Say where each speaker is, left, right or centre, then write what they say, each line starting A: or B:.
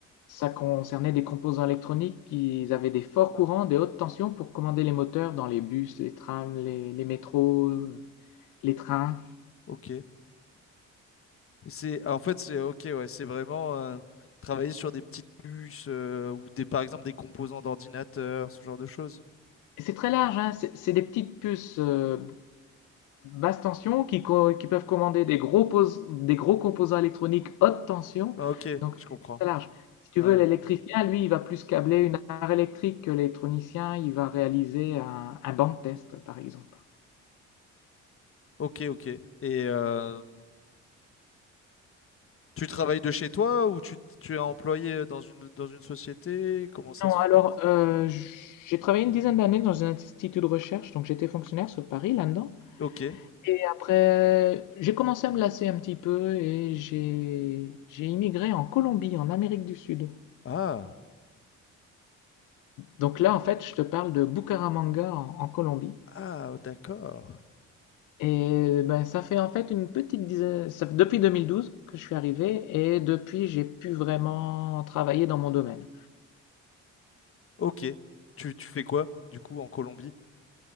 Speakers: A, on the left; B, on the left.
A: ça concernait des composants électroniques qui avaient des forts courants, des hautes tensions pour commander les moteurs dans les bus, les trams, les, les métros, les trains.
B: ok. C'est en fait c'est ok ouais, c'est vraiment euh, travailler sur des petites puces euh, ou des par exemple des composants d'ordinateur, ce genre de choses.
A: Et c'est très large, hein, c'est c'est des petites puces euh, basse tension qui, co- qui peuvent commander des gros, pos- des gros composants électroniques haute tension.
B: Ah, ok,
A: Donc,
B: je comprends.
A: c'est très large. Si tu
B: Ouais.
A: veux, l'électricien, lui, il va plus câbler une armoire électrique que l'électronicien, il va réaliser un, un banc de test, par exemple.
B: Ok, ok. Et euh, tu travailles de chez toi ou tu, tu es employé dans une dans une société? Comment ça
A: Non,
B: se
A: alors,
B: fait?
A: euh, j'ai travaillé une dizaine d'années dans un institut de recherche, donc j'étais fonctionnaire sur Paris, là-dedans.
B: Ok.
A: Et après, j'ai commencé à me lasser un petit peu et j'ai j'ai immigré en Colombie, en Amérique du Sud.
B: Ah.
A: Donc là, en fait, je te parle de Bucaramanga en, en Colombie.
B: Ah, oh, d'accord.
A: Et ben, ça fait en fait une petite dizaine, ça fait depuis 2012 que je suis arrivé et depuis j'ai pu vraiment travailler dans mon domaine.
B: Ok. Tu, tu fais quoi, du coup, en Colombie?